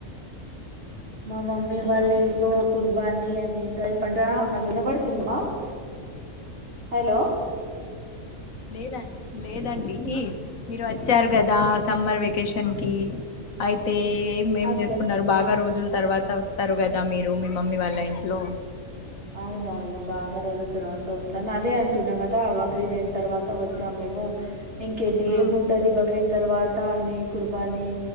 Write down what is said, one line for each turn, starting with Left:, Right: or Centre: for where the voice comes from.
Right: మా మమ్మీ
Left: హలో
Right: వాళ్ళ ఇంట్లో కుర్బాని అ హలో <unintelligible> పడుతుందిమా హలో
Left: లేదండి లేదండి మీరు వచ్చారు కదా సమ్మర్ వెకేషన్ కి అయితే ఏం ఏం
Right: అచ్చ
Left: చేసుకున్నారు
Right: అచ్చ
Left: బాగా రోజుల తర్వాత స్తరు కదా మీరు మీ మమ్మీ వాళ్ళ ఇంట్లో
Right: అవునవును బాగ రోజుల తరువాత వస్తా అదే అంటున్న గదా బక్రీద్ అ తర్వాత వచ్చాం
Left: ఆ
Right: మేము ఇంకేంటి ఏముంటది
Left: ఆ
Right: బక్రీద్ తర్వాత అన్ని కుర్బానీ